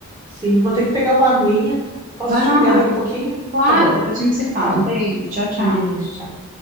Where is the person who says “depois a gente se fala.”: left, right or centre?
Right